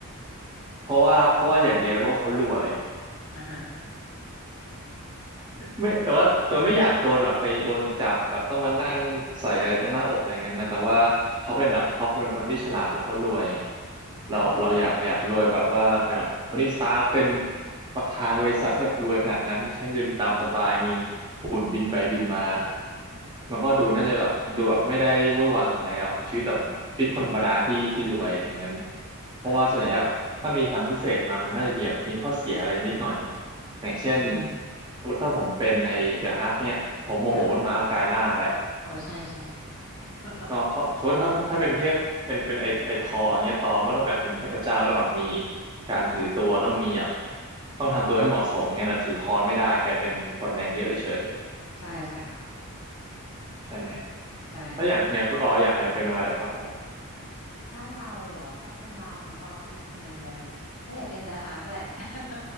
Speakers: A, on the right; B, on the left.
A: เพราะว่าเพราะว่าอย่างเดียวแล้วเพราะว่าเขารวย
B: อ่าฮะ
A: ไม่แต่ว่าตัวไม่อยากโดนแบบไปโดนจับแบบต้องมานั่งใส่อะไรตรงหน้าอกอะไรเงี้ยนะแต่ว่าเขาเป็นแบบเขาเป็นคนที่ฉลาดแล้วเขารวยไง
B: ใช่ใช่ค่ะ
A: เราเราอยากอยากรวยแบบว่าเป็นแบบโทนี่สตาร์คเป็นประธานบริษัทที่แบบรวยขนาดนั้นใช้เงินตามสบายมีหุ่นบินไปบินมามันก็ดูน่าจะแบบดูแบบไม่ได้เวอร์วังอะไรอ่ะชีวิตแบบชีวิตคนธรรมดาที่ที่รวยอะไรเงี้ย
B: เออเนาะ
A: เพราะว่าส่วนใหญ่แบบถ้ามีพลังพิเศษมามันน่าจะมีแบบมีข้อเสียอะไรนิดหน่อย
B: ค่ะ
A: อย่างเช่น
B: อืม
A: สมมติถ้าผมเป็นในเดอะฮักเนี่ยผมโมโหมันมากกลายร่างแล้ว
B: ค่ะโอ้ใช่ใช่ <laughs>
A: เนาะเพราะสมมติถ้าถ้าถ้าเป็นเทพเป็นเป็นไอไอทออย่างเงี้ยตอมก็ต้องแบบเป็นเทพเจ้าก็ต้องแบบมีการถือตัวต้องมีแบบต้องทำตัวให้เหมาะสมงั้นนะถือค้อนไม่ได้กลายเป็นคนแดงเยอะเฉย
B: ใช่ใช่ค่ะ
A: ใช่ไหม
B: ใช่
A: แล้วอย่างอย่างคุณออยอยากอยากเป็นอะไรครับผม
B: ถ้าเราเหรอถ้าเป็นเรานะเราคิดมาแล้วนะเราอยากเป็นเดอะฮาร์กแหละ <laughs>